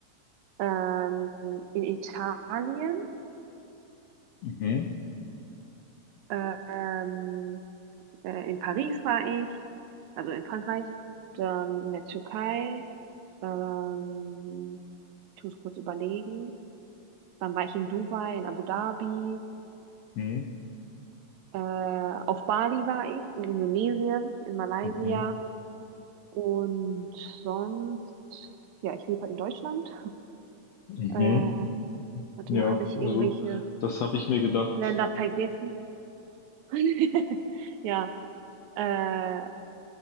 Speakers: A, on the right; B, on the left.
A: ähm, in Italien,
B: Mhm,
A: äh, ähm, äh, in Paris war ich, also in Frankreich, dann in der Türkei, ähm, ich muss kurz überlegen, dann war ich in Dubai, in Abu Dhabi.
B: mhm,
A: Äh, auf Bali war ich, in Indonesien, in Malaysia
B: mhm,
A: und sonst, ja, ich lebe halt in Deutschland.
B: mhm.
A: Äh, warte
B: Ja,
A: mal, habe ich
B: also
A: irgendwelche
B: das habe ich mir gedacht.
A: Länder vergessen? <laughs> Ja, äh,